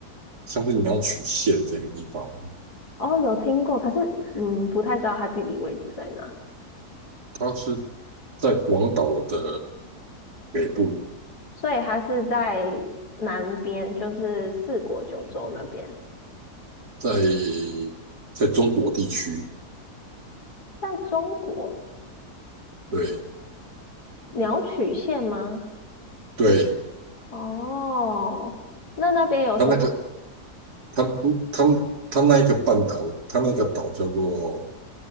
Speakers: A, on the right; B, on the left.
A: 像是鸟取县这个地方，
B: 哦，有听过，可是嗯，不太知道它地理位置在哪，
A: 它是在广岛的北部，
B: 所以它是在南边，就是四国九州那边，
A: 在在中国地区，
B: 在中国
A: 对
B: 鸟取县吗？
A: 对，
B: 哦，那那边有什么？
A: 它那个他们不，他们他那一个半岛，他那个岛叫做